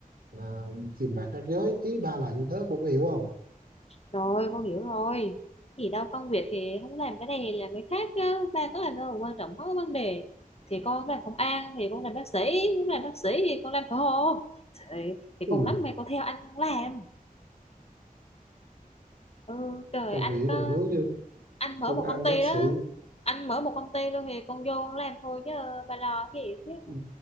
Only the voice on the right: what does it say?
à, tìm bạn khác giới ý ba là như thế con có hiểu không
ừ
con
nghĩ
là nếu như
công
an
bác sĩ
Ừ.